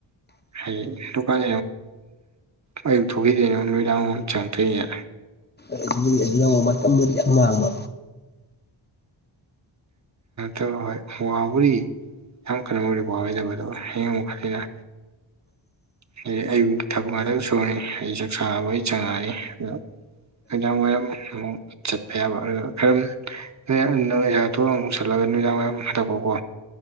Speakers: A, on the right; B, on the left.
A: ꯍꯥꯏ ꯗꯨꯀꯟ ꯑꯩ ꯊꯣꯛꯅꯤꯃꯤꯗꯥ ꯆꯪꯇꯔꯦ
B: ꯗꯒꯤ ꯑꯗꯨ ꯌꯥꯝꯨ ꯃꯇꯝꯕꯨꯗꯤ ꯌꯥꯝꯥꯡꯕ
A: ꯇꯧ ꯍꯣꯏ ꯋꯥꯕꯨꯗꯤ ꯌꯥꯝ ꯀꯩꯅ ꯑꯣꯏꯗꯤ ꯋꯥꯔꯣꯏꯗꯕ ꯑꯗꯨꯒ ꯍꯌꯦꯡ ꯃꯈꯜꯅ ꯍꯥꯏꯗꯤ ꯑꯩꯕꯨ ꯊꯕꯛ ꯉꯥꯛꯇꯪ ꯁꯨꯔꯅꯤ ꯑꯩ ꯆꯥꯛ ꯁꯥꯕ ꯑꯩ ꯆꯪꯉꯛꯑꯅꯤ ꯑꯗ ꯑꯩꯅ ꯑꯣꯏ ꯆꯠꯄ ꯌꯥꯕ ꯑꯗꯨꯒ ꯈꯔꯝ ꯅ ꯅꯣꯏꯁꯥꯊꯑ ꯑꯃꯨꯛꯁꯜꯂꯒ ꯅꯨꯅꯨꯡꯖꯡ ꯋꯥꯏꯝ ꯍꯟꯊꯛꯄꯀꯣ